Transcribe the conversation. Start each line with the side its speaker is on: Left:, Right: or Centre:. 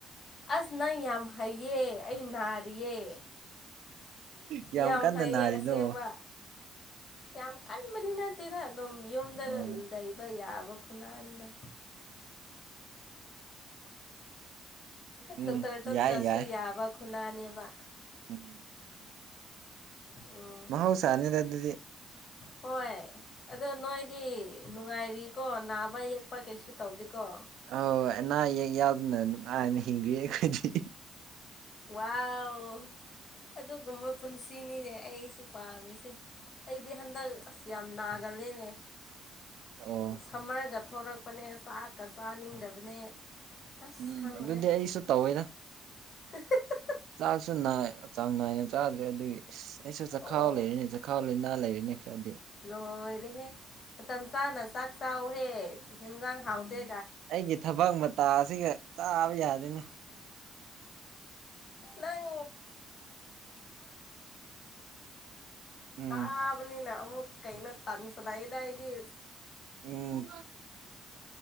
Left: ꯑꯁ ꯅꯪ ꯌꯥꯝ ꯍꯩꯌꯦ ꯑꯩ ꯅꯥꯔꯤꯌꯦ
Right: ꯀꯌꯥꯝ
Left: ꯌꯥꯝ
Right: ꯀꯟꯅ
Left: ꯍꯩꯌꯦ
Right: ꯅꯥꯔꯤꯅꯣ
Left: ꯑꯁꯦꯡꯕ ꯌꯥꯝ ꯀꯟꯕꯗꯤ ꯅꯠꯇꯦꯔ ꯑꯗꯨꯝ ꯌꯨꯝꯗ
Right: ꯑꯣ
Left: ꯂꯩꯕ ꯌꯥꯕ ꯈꯨꯅꯗ
Right: ꯎꯝ
Left: ꯗꯣꯛꯇꯔ ꯆꯠꯇ꯭ꯔꯁꯨ
Right: ꯌꯥꯏ ꯌꯥꯏ
Left: ꯌꯥꯕ ꯈꯨꯅꯥꯅꯦꯕ
Right: ꯎꯝ
Left: ꯎꯝ
Right: ꯃꯍ ꯍꯥꯎꯁꯥꯅꯤꯗ ꯑꯗꯨꯗꯤ
Left: ꯍꯣꯏ ꯑꯗꯣ ꯅꯣꯏꯗꯤ ꯅꯨꯡꯉꯥꯏꯔꯤꯀꯣ ꯅꯥꯕ ꯌꯦꯛꯄ ꯀꯩꯁꯨ ꯇꯧꯗꯦꯀꯣ
Right: ꯑ ꯑꯅꯥ ꯑꯌꯦꯛ ꯌꯥꯎꯗꯅ ꯅꯨꯡꯉꯥꯏꯅ ꯍꯤꯡꯗ ꯑꯩꯈꯣꯏꯗꯤ
Left: ꯋꯥꯎ ꯑꯗꯨꯒꯨꯝꯕ ꯄꯨꯟꯁꯤꯅꯤꯅꯦ ꯑꯩꯁꯨ ꯄꯥꯝꯃꯤꯁꯦ ꯑꯩꯗꯤ ꯍꯟꯗꯛ ꯑꯁ ꯌꯥꯝ ꯅꯥꯒꯂꯦꯅꯦ
Right: ꯑꯣ
Left: ꯁꯝꯃꯔꯒ ꯊꯛꯄ ꯊꯛꯄꯅꯦ ꯆꯥꯛꯀ ꯆꯥꯅꯤꯡꯗꯕꯅꯦ ꯑꯁ
Right: ꯎꯝ
Left: ꯈꯪꯉꯨꯔꯦ
Right: ꯑꯗꯨꯗꯤ ꯑꯩꯁꯨ ꯇꯧꯋꯦꯗ
Left: <unintelligible> <inaudible>
Right: ꯆꯥꯛꯁꯨ ꯅꯥ ꯆꯥꯡ ꯅꯥꯏꯅ ꯆꯥꯗ꯭ꯔꯦ ꯑꯗꯨꯒꯤ ꯑꯁ ꯑꯩꯁꯨ ꯆꯈꯥꯎ
Left: ꯑꯣ
Right: ꯂꯩꯔꯤꯅꯦ ꯆꯈꯥꯎ ꯂꯩ ꯅꯥ ꯂꯩꯔꯤꯅꯦ ꯈꯔꯗꯤ
Left: ꯂꯣꯏꯔꯦꯍꯦ ꯃꯇꯝ ꯆꯥꯅ ꯆꯥꯛ ꯆꯍꯦ ꯍꯦꯟꯖꯥꯡ ꯍꯥꯎꯗꯦ
Right: ꯑꯩꯒꯤ ꯊꯕꯛ ꯃꯇꯥ ꯑꯁꯤꯒ ꯆꯥꯕ ꯌꯥꯗꯣꯏꯅꯤ
Left: ꯅꯪ
Right: ꯎꯝ
Left: ꯇꯥꯕꯅꯤꯅ ꯑꯃꯨꯛ ꯀꯩꯅꯣ ꯇꯟꯁꯅꯏꯗꯥꯏꯗꯤ
Right: ꯎꯝ